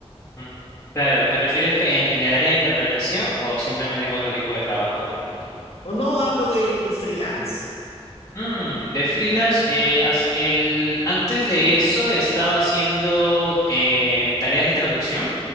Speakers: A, on the left; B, on the left.
A: Mm. Claro, ¿te refieres que en, en el área de interpretación o simplemente en otro tipo de trabajo, por ejemplo?
B: O no hablo del freelance.
A: Mm, de freelance, eh, as- el, antes de eso estaba haciendo eh, tareas de traducción.